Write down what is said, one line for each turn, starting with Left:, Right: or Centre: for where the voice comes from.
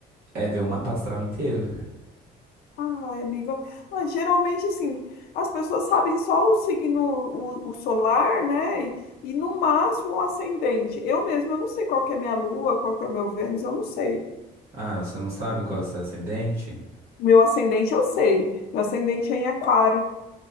Right: é, ver o mapa astral inteiro.
Left: Ai, amiga. Ah, geralmente, assim, as pessoas sabem só o signo, o, o solar, né? E, e, no máximo o ascendente. Eu mesma, eu não sei qual que é minha lua, qual que é o meu Vênus, eu não sei.
Right: Ah, você não sabe qual é o seu ascendente?
Left: Meu ascendente, eu sei. Meu ascendente é em aquário.